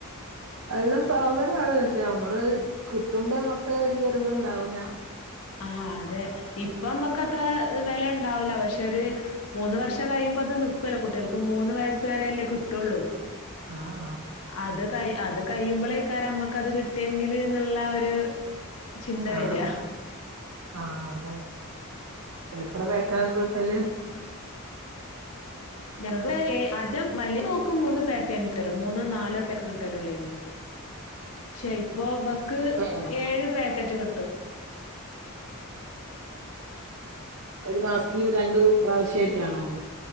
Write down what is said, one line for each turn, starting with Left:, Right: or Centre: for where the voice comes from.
Right: നല്ല സാധനാണ് പക്ഷെ നമ്മള് കിട്ടുമ്പോമ്മൊക്കെ വല്ിയൊരി ഇത് ഇണ്ടാവൂല
Left: ആ അതെ. ഇപ്പൊ നമ്മുക്ക്ത്ര അത് വില ഉണ്ടാവൂല്ല പക്ഷെ ഒരു ഇപ്പൊ വേലണ്ടാകില്ല മൂന്ന് വർഷം കഴിയുമ്പോ അത് നിക്കൂല്ലോ കുട്ടികൾക്ക് മൂന്ന് വയസ്സ് വരെെയല്ലേ കിട്ടുള്ളൂ.
Right: ആഹ്.
Left: അത് ക അത് കഴിയുമ്പോൾ ആയിരിക്കും നമക്ക് അത് കിട്ടേക്കിൽ എന്ന് ഒരു ചിന്ത വരിക
Right: ആഹ് ആഹ് അതെ. എത്ര പേക്കാണ് വീട്ടല്
Left: ഞങ്ങക്ക് ആദ്യം വലിയ മോൾക്ക് മൂന്ന് പേക്ക്നിക്കല്ലോ മൂന്നോ നാലോ ക്കെ കിട്ടാലോള്ളന്. പക്ഷേ ഇപ്പൊ ഇവക്ക്
Right: ഏഹ്
Left: ഏഴ് പാക്കറ്റ് കിട്ടും.
Right: ഒരു മാസത്തില് രണ്ടു പ്രാവശ്യയിട്ടാണോ.